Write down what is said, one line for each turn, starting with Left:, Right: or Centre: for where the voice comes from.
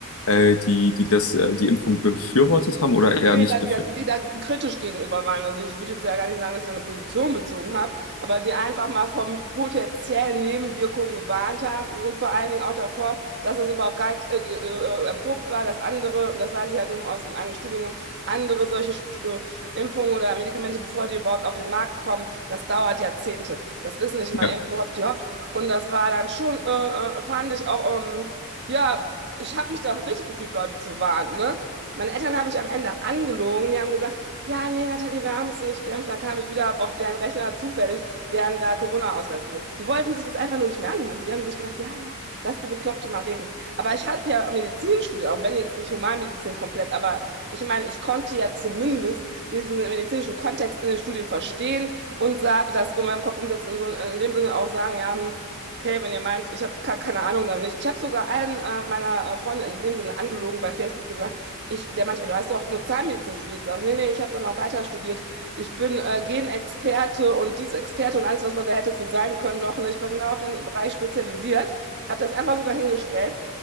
Left: äh, die, die das, äh, die Impfung befürwortet haben oder eher
Right: Nee,
Left: nicht
Right: da, die,
Left: befürwortet.
Right: da- die da kritisch gegenüber waren. Also ich würde jetzt ja gar nicht sagen, dass ich da eine Position bezogen habe, aber die einfach mal von potenziellen Nebenwirkungen gewarnt haben und vor allen Dingen auch davor, dass das überhaupt gar nicht äh, ge- äh, erprobt war, dass andere, und das weiß ich halt nun aus dem eigenen Studiengang, andere solche Stu- äh, Impfungen oder Medikamente, bevor die überhaupt auf den Markt kommen, das dauert Jahrzehnte. Das ist nicht mal
Left: Ja,
Right: eben so hoppdi hopp. Und das war dann schon, äh, äh, fand ich auch, ähm, ja, ich habe mich da verpflichtet gefühlt, Leute zu warnen, ne? Meine Eltern haben mich am Ende angelogen. Die haben gesagt, ja, nee, Nathalie, wir haben es nicht geimpft. Dann kam ich wieder hab auf deren Rechner zufällig, deren da Corona-Ausweis gesehen. Die wollten sich das einfach nur nicht mehr anhören. Die haben sich gedacht, ja, ja, lass die Bekloppte mal reden. Aber ich habe ja Medizin studiert, auch wenn jetzt nicht Humanmedizin komplett, aber ich meine, ich konnte ja zumindest diesen medizinischen Kontext in den Studien verstehen und sah, das in meinem Kopf umsetzen und so in dem Sinne auch sagen, ja, hm, Okay, wenn ihr meint, ich habe keine Ahnung, dann nicht. Ich habe sogar allen äh, meiner äh, Freunde in dem Sinne angelogen bei Facebook gesagt, ich, der meinte, ja, du hast doch nur Zahnmedizin studiert. Sag ich, nee, nee, ich habe dann auch weiter studiert. Ich bin äh, Genexperte und dies Experte und alles, was man da hätte für sein können noch. Und ich war genau auf den Bereich spezialisiert, habe das einfach so dahingestellt.